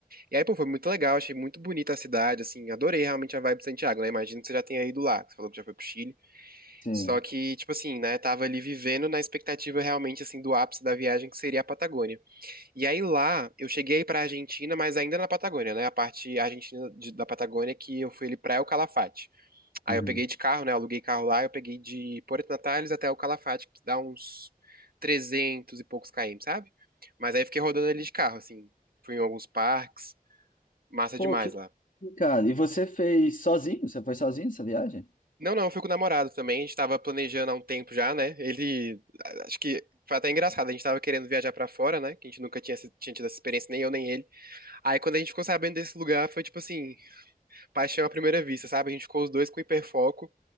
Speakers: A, on the right; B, on the left.
A: E aí, pô, foi muito legal, achei muito bonita a cidade, assim, adorei realmente a vibe de Santiago, né? Imagino que você já tenha ido lá, que você falou que já foi pro Chile.
B: Sim.
A: Só que, tipo assim, né, tava ali vivendo na expectativa realmente, assim, do ápice da viagem, que seria a Patagônia. E aí lá, eu cheguei pra Argentina, mas ainda na Patagônia, né? A parte argentina de- da Patagônia que eu fui ali pra El Calafate. Aí
B: Uhum.
A: eu peguei de carro, né? Aluguei carro lá, eu peguei de Porto Natales até El Calafate, que dá uns 300 e poucos km, sabe? Mas aí fiquei rodando ali de carro, assim, fui em alguns parques, massa
B: Pô,
A: demais
B: que,
A: lá.
B: que cara. E você fez sozinho? Você foi sozinho essa viagem?
A: Não, não, eu fui com o namorado também. A gente tava planejando há um tempo já, né? Ele. a- Acho que foi até engraçado. A gente tava querendo viajar pra fora, né? Que a gente nunca tinha, se- tinha tido essa experiência, nem eu, nem ele. Aí quando a gente ficou sabendo desse lugar, foi tipo assim, paixão à primeira vista, sabe? A gente ficou os dois com hiperfoco,